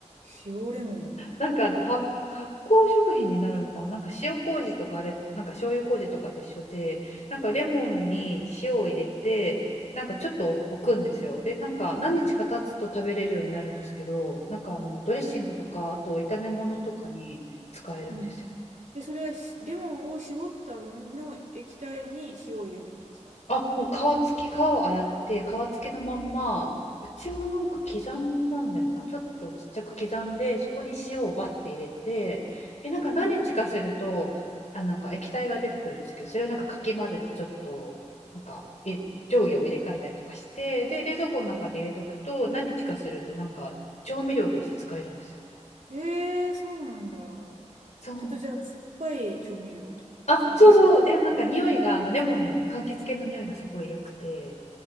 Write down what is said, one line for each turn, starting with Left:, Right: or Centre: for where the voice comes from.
Right: 塩レモン。
Left: なんかあのは発酵食品になるのかな、なんか塩麹とかあれ、なんか醤油麹とかと一緒で、なんかレモンに塩を入れて、なんかちょっと置くんですよ。で、なんか何日か経つと食べれるようになるんですけど、なんかあのドレッシングとか、あと炒め物とかに使えるんですよ。
Right: うん。で、それはしレモンを絞ったのの液体に塩を入れるってことですか
Left: あ、もう皮付き、皮を洗って、皮付きのまんま、うちはなんか刻んだんだよな。ちょっとちっちゃく刻んで、そこに塩をバッて入れて、え、なんか何日かすると、
Right: へえ
Left: あ、なんか液体が出てくるんですけど、それをなんかかき混ぜて、ちょっと、なんかい、上下を入れ替えたりとかして、で、冷蔵庫の中で入れとくと、
Right: うん
Left: 何日かすると、なんか調味料として使えるんですよ。
Right: へえそうなんだ。
Left: そうなんです。
Right: ちょっとじゃあ、酸っぱい調味料ってことですよね。
Left: あ、そうそう。で、なんか匂いが、あの、レモンのあの柑橘系の匂いがすごい良くて、